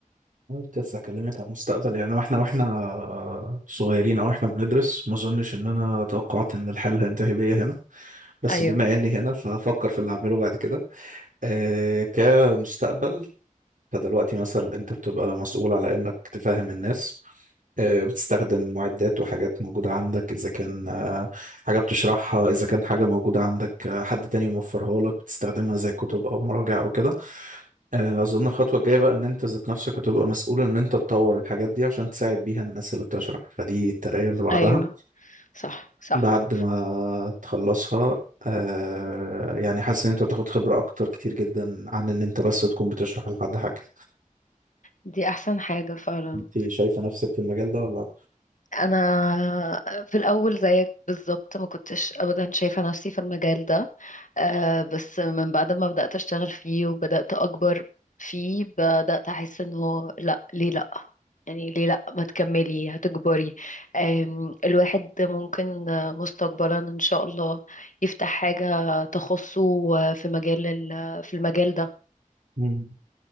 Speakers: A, on the right (about 70°); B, on the left (about 65°).
A: أنا كنت لسه اكلمك عن المستقبل يعني واحنا واحنا صغيرين او احنا بندرس ما اظنش ان انا توقعت ان الحال هينتهي بيا هنا بس
B: أيوه
A: بما اني هنا فافكر في اللي اعمله بعد كده آه، كمستقبل فدلوقتي مثلا انت بتبقى مسؤول على انك تفهم الناس آه، بتستخدم معدات وحاجات موجودة عندك إذا كان آه، حاجة بتشرحها إذا كان حاجة موجودة عندك آه، حد تاني موفرها لك بتستخدمها زي كتب أو مراجع أو كده آه، أظن الخطوة الجاية بقى إن أنت ذات نفسك هتبقى مسؤول إن أنت تطور الحاجات دي عشان تساعد بيها الناس اللي بتشرح فدي الترقية اللي بعدها
B: ايوه صح صح
A: بعد ما تخلصها آه يعني حاسس ان انت بتاخد خبرة اكتر كتير جدا عن ان انت بس تكون بتشرح لحد حاجة
B: دي احسن حاجة فعلا
A: انت شايفة نفسك في المجال ده ولا
B: انا في الاول زيك بالظبط ما كنتش ابدا شايفة نفسي في المجال ده آه، بس من بعد ما بدأت اشتغل فيه وبدأت اكبر فيه بدأت احس انه لا ليه لا يعني ليه لا ما تكملي هتكبري آم، الواحد ممكن آه، مستقبلا ان شاء الله يفتح حاجة تخصه آه، في مجال ال- في المجال ده
A: مم.